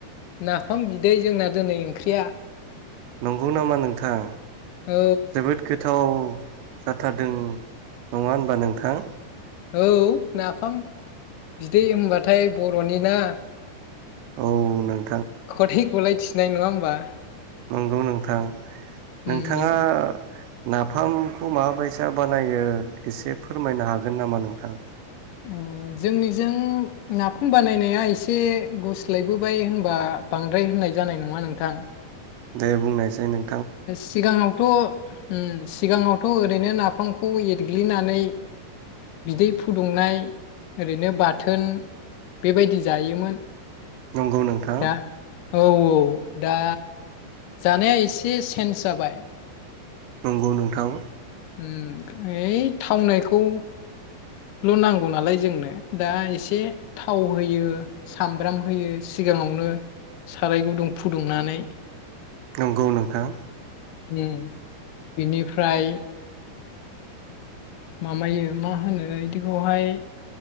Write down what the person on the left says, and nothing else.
नाफाम बिदै जोंना दिनै ओंख्रिया
औ
औ नाफाम बिदै होनबाथाय बरनि ना
खथेखौलाय थिनाय नङा होमबा <inaudible>
उम
उम जोंनिजों नाफाम बानायनाया एसे गुस्लायबोबाय होनबा बांद्राय होननाय जानाय नङा नोंथां
सिगाङावथ उम सिगाङावथ ओरैनो नाफामखौ एरग्लिनानै बिदै फुदुंनाय ओरैनो बाथोन बेबायदि जायोमोन
दा औ औ दा जानाया एसे जे सेन्स जाबाय
उम ओइ थावनायखौल नांगौ नालाय जोंनो दा एसे थाव होयो सामब्राम होयो सिगाङावनो साराय गुदुं फुदुंनानै
उम बिनिफ्राय माबायो मा होनो इदिखौहाय